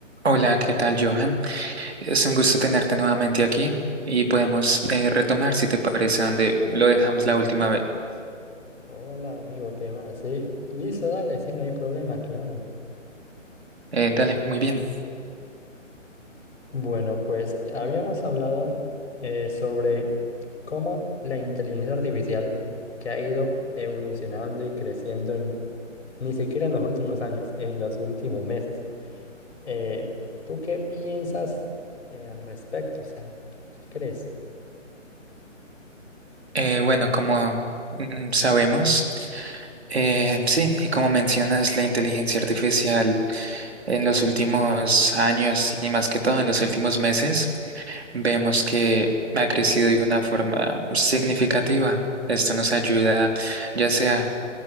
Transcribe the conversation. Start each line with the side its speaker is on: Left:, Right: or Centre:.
Right: Hola, ¿qué tal, Johan? Es un gusto tenerte nuevamente aquí y podemos eh, retomar, si te parece, donde lo dejamos la última vez.
Left: Hola amigo, ¿qué más? Sí, listo, dale, sí, no hay problema, claro.
Right: Eh, dale, muy bien.
Left: Bueno, pues habíamos hablado eh, sobre cómo la inteligencia artificial que ha ido evolucionando y creciendo en- ni siquiera en los últimos años, en los últimos meses. Eh, ¿tú qué piensas eh, al respecto? O sea, ¿qué qué crees?
Right: Eh, bueno, como mm, sabemos, eh, sí, y como mencionas, la inteligencia artificial en los últimos años y más que todo en los últimos meses, vemos que ha crecido de una forma significativa. Esto nos ayuda, ya sea